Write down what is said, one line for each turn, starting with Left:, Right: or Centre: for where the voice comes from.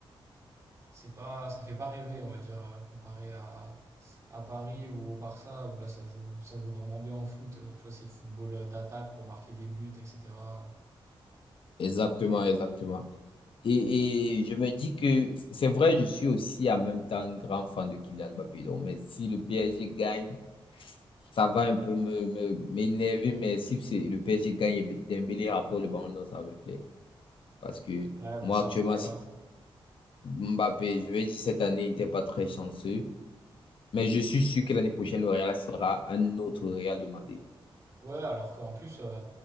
Right: c'est pas, ça fait pas rêver, on va dire, euh, comparé à, à Paris ou au Barça, où là, ça joue, ça joue vraiment bien au foot. Euh, Tu vois, c'est football euh, d'attaque pour marquer des buts, etc.
Left: Exactement, exactement. Et, et je me dis que c'est vrai, je suis aussi en même temps un grand fan de Kylian Mbappé. Donc, mais si le PSG gagne, ça va un peu me, me- m'énerver, mais si c'est le PSG gagne et Dembélé rapporte le ballon d'or, ça me plaît. Parce que
Right: Ouais, bah
Left: moi,
Right: ça,
Left: actuellement,
Right: on va voir.
Left: si- Mbappé, je vais dire cette année, il n'était pas très chanceux. Mais je suis sûr que l'année prochaine, le Real sera un autre Real demandé.
Right: Ouais, alors qu'en plus, euh,